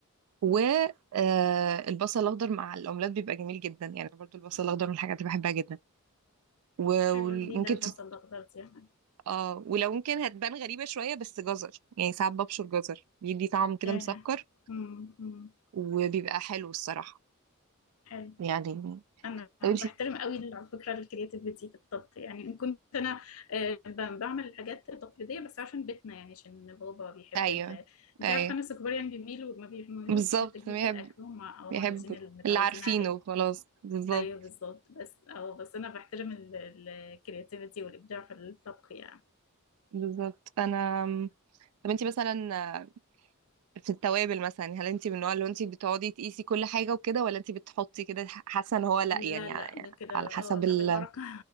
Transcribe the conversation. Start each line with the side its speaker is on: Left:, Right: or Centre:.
Right: والبصل الاخضر مع الاومليت بيبقى جميل جدا يعني برضو البصل الاخضر من الحاجات اللي بحبها جدا و-
Left: حلو
Right: وممكن
Left: جديدة البصل
Right: تت...
Left: الاخضر دي يعني
Right: اه ولو ممكن هتبان غريبة شوية بس جزر يعني ساعات ببشر جزر بيدي طعم كده
Left: ياه
Right: مسكر
Left: أمم، أمم.
Right: وبيبقى حلو الصراحة
Left: حلو
Right: يعني
Left: انا
Right: طب
Left: بحترم
Right: انتي
Left: قوي ال- على فكره الكرياتيفيتي في الطبخ يعني ان كنت انا آه، ب- بعمل الحاجات التقليديه بس عشان بيتنا يعني عشان بابا بيحب
Right: ايوه
Left: ال... انت
Right: ايوه
Left: عارفه الناس الكبار يعني بيميلوا ما بيميلوش
Right: بالظبط
Left: للتجديد
Right: بيحب
Left: في الاكل هم اه
Right: بيحب
Left: عايزين المتعودين
Right: اللي عارفينه
Left: عليه
Right: خلاص بالظبط
Left: ايوه بالظبط بس اه بس انا بحترم الكرياتيفيتي والابداع في الطبخ يعني
Right: بالظبط فانا طب انتي مثلا في التوابل مثلا هل انت من النوع اللي انت بتقعدي تقيسي كل حاجه وكده ولا انت بتحطي كده ح- حاسه ان هو لا
Left: لا
Right: يعني ع-
Left: لا
Right: يعني
Left: ده كده
Right: على حسب
Left: اه لا
Right: ال...
Left: بالبركة